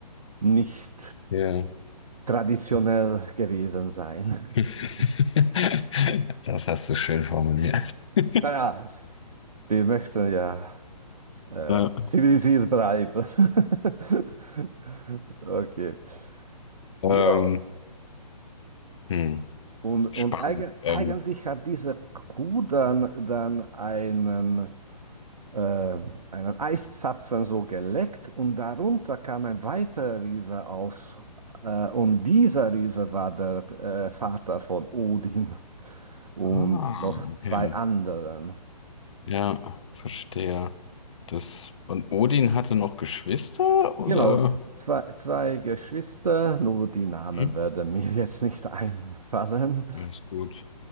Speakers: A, on the right; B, on the left.
A: nicht
B: ja.
A: traditionell gewesen sein.
B: <laughs>
A: <laughs>
B: Das hast du schön formuliert. <laughs>
A: Naja, wir möchten ja äh,
B: Ja.
A: zivilisiert bleiben. <laughs> Okay. Ja.
B: Ähm, Hm,
A: Und, und
B: spannend.
A: eigen-
B: Ähm,
A: eigentlich hat diese Kuh dann, dann einen, äh, einen Eiszapfen so geleckt und darunter kam ein weiterer Riese aus. Äh, und dieser Riese war der äh, Vater von Odin und
B: ah,
A: noch
B: okay.
A: zwei anderen.
B: Ja, verstehe. Das, und Odin hatte noch Geschwister, oder?
A: Genau, zwei, zwei Geschwister, nur die Namen
B: Mhm,
A: werden mir jetzt nicht einfallen.
B: ja, ist gut.